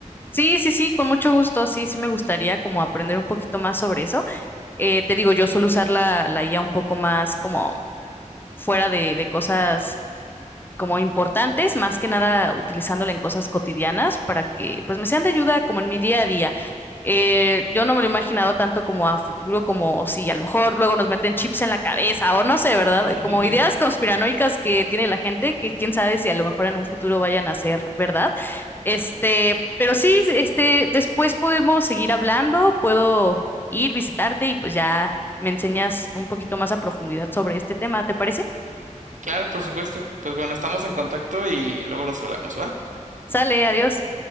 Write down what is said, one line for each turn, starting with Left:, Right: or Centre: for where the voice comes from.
Left: Sí, sí, sí, con mucho gusto, sí, sí me gustaría como aprender un poquito más sobre eso. Eh, te digo, yo suelo usar la, la IA un poco más como fuera de, de cosas como importantes, más que nada utilizándola en cosas cotidianas para que pues me sean de ayuda como en mi día a día. Eh, yo no me lo he imaginado tanto como a futuro, como si a lo mejor luego nos meten chips en la cabeza o no sé, ¿verdad?
Right: <laughs>
Left: Como ideas conspiranoicas que tiene la gente, que quién sabe si a lo mejor en un futuro vayan a ser, ¿verdad? Este, pero sí, este, después podemos seguir hablando, puedo ir, visitarte y pues ya me enseñas un poquito más a profundidad sobre este tema, ¿te parece?
Right: Claro, por supuesto. Pues bueno, estamos en contacto y luego nos hablamos, ¿va?
Left: Sale, adiós.